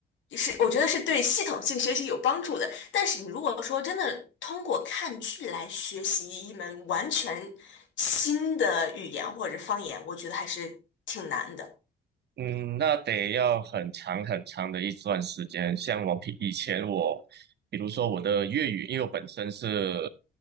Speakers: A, on the left (about 70°); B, on the right (about 55°).
A: 是我觉得是对系统性学习有帮助的。但是你如果说真的通过看剧来学习一门完全新的语言或者是方言，我觉得还是挺难的。
B: 嗯，那得要很长很长的一段时间。像我平以前我，比如说我的粤语，因为我本身是